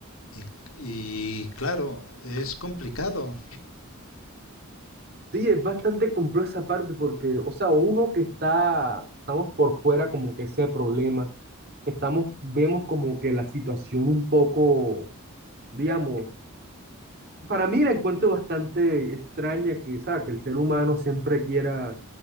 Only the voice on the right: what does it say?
Sí, es bastante complejo esa parte porque, o sea, uno que está, estamos por fuera como que ese problema, estamos, vemos como que la situación un poco, digamos, para mí la encuentro bastante extraña que, o sea, que el ser humano siempre quiera,